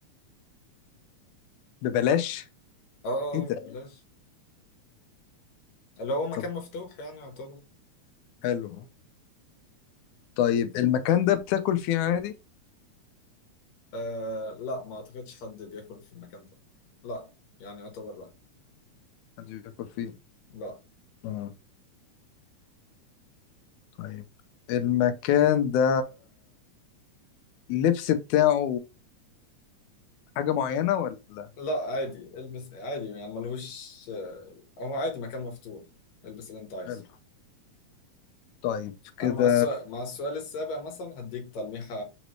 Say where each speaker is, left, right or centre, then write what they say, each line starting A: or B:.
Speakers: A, on the left; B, on the left.
A: ببلاش
B: اه آه،
A: ايه ده
B: آه، بلاش اللي هو مكان
A: طب
B: مفتوح يعني يعتبر <laughs>
A: حلو طيب المكان ده بتاكل فيه عادي
B: آه لا ما اعتقدش حد بياكل في المكان ده لا يعني يعتبر لا
A: محدش بياكل فيه
B: لا
A: اه طيب المكان ده اللبس بتاعه حاجة معينة ولا
B: لا عادي البس عادي يعني ملهوش هو عادي مكان مفتوح البس اللي انت عايزه
A: حلو طيب كده
B: انا مع السؤال مع السؤال السابع مثلا هديك تلميحة